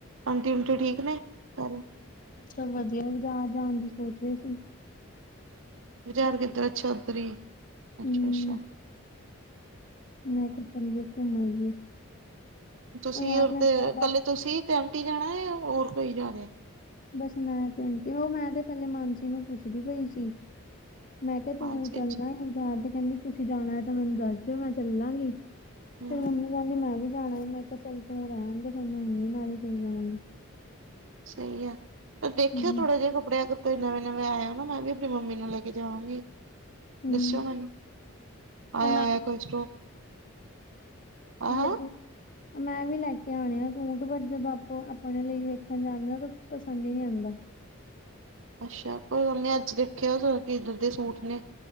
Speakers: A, on the right; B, on the left.
A: ਆਟੀ ਉਂਟੀ ਠੀਕ ਨੇ ਸਾਰੇ।
B: ਚਲ ਵਧੀਆ, ਬਾਜ਼ਾਰ ਜਾਣ ਦੀ ਸੋਚ ਰਹੇ ਸੀ।
A: ਬਜ਼ਾਰ ਕਿੱਧਰ, ਅੱਛਾ ਓਧਰੀ ਅੱਛਾ-ਅੱਛਾ।
B: ਹਮ ਮੈਂ ਕਿਆ ਚੱਲੀਏ ਘੁੰਮ ਆਈਏ।
A: ਤੁਸੀਂ
B: ਉਹ ਯਾਰ
A: ਹੋਰ
B: ਮੈਨੂੰ
A: ਤੇ
B: ਉਹਦਾ
A: ਕੱਲੇ ਤੁਸੀਂ ਤੇ ਆਂਟੀ ਜਾਣਾ, ਜਾਂ ਹੋਰ ਕੋਈ ਜਾ ਰਿਹਾ।
B: ਬੱਸ ਮੈਂ ਤੇ ਆਂਟੀ, ਉਹ ਮੈਂ ਤੇ ਪਹਿਲੇ ਮਾਨਸੀ ਨੂੰ ਪੁੱਛਦੀ ਪਈ ਸੀ। ਮੈਂ ਕਿਹਾ
A: ਪੰਜ
B: ਤੂੰ
A: ਛੇ
B: ਚਲਨਾ
A: ਅੱਛਾ,
B: ਏ। ਬਜ਼ਾਰ ਤੇ ਕਹਿੰਦੀ ਤੁਸੀਂ ਜਾਣਾ ਐ, ਤਾਂ ਮੈਨੂੰ ਦੱਸ ਦਿਓ ਮੈਂ ਚੱਲਾਂਗੀ,
A: ਹੂੰ
B: ਫੇਰ ਮੰਮੀ ਕਹਿੰਦੀ ਮੈਂ ਵੀ ਜਾਣਾ, ਮੈਂ ਕਿਹਾ ਚੱਲ ਤੂੰ ਰਹਿਣ ਦੇ ਫੇਰ ਮੈਂ ਮੰਮੀ ਨਾਲ ਹੀ ਚਲੇ ਜਾਵਾਂਗੀ।
A: ਸਹੀ ਐ, ਤੇ ਦੇਖਿਓ
B: ਹਮ
A: ਥੋੜਾ ਜਿਹਾ ਕੱਪੜਿਆਂ ਨੂੰ। ਕੋਈ ਨਵੇਂ-ਨਵੇਂ ਆਏ ਹੋ ਨਾ, ਮੈਂ ਵੀ ਆਪਣੀ ਮੰਮੀ ਨੂੰ ਲੈ ਕੇ ਜਾਵਾਂਗੀ,
B: ਹਮ
A: ਦੱਸਿਓ ਮੈਨੂੰ। ਆਇਆ
B: ਮੈਂ
A: ਹੋਇਆ ਕੋਈ ਸਟੋਕ ਆਹ
B: <inaudible> ਲੇਕਿਨ ਮੈਂ ਵੀ ਲੈ ਕੇ ਆਉਣੇ ਆ ਸੂਟ ਬ ਜਦੋਂ ਆਪੋ ਆਪਣੇ ਲਈ ਵੇਖਣ ਜਾਂਦੇ ਹਾਂ, ਤਾਂ ਪਸੰਦ ਹੀ ਨਹੀ ਆਉਂਦਾ
A: ਅੱਛਾ, ਕੋਈ ਗੱਲ ਨੀ ਅੱਜ ਦੇਖੇ ਆਓ, ਕਿੱਧਰ ਦੇ ਸੂਟ ਨੇ